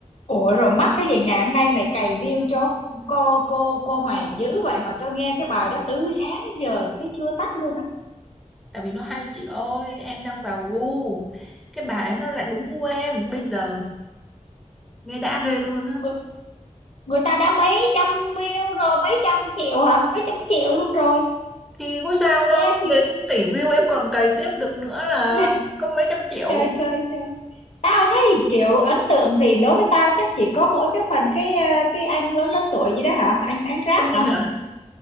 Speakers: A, on the left; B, in the centre.
A: Ủa rồi mắc cái gì ngày hôm nay mày cày view cho cô cô cô Hòa dữ vậy mà tôi nghe cái bài đó từ sáng đến giờ thấy chưa tắt luôn á.
B: tại vì nó hay chị ơi em đang vào gu cái bà ấy nó lại đúng gu em bây giờ nghe đã ghê luôn á
A: Người, người ta đã mấy trăm view rồi, mấy trăm triệu hả? Mấy trăm triệu luôn rồi.
B: thì có sao
A: Nghe
B: đâu
A: thì
B: đến
A: cũng
B: tỷ view em
A: thì...
B: còn cày tiếp được nữa là
A: <laughs>
B: có mấy trăm triệu
A: trời trời trời. Tao thấy kiểu ấn tượng thì đối với tao chắc chỉ có mỗi cái phần cái ờ, cái anh lớn lớn tuổi gì đó hả? Anh anh rap
B: Xuân
A: hả?
B: Hinh à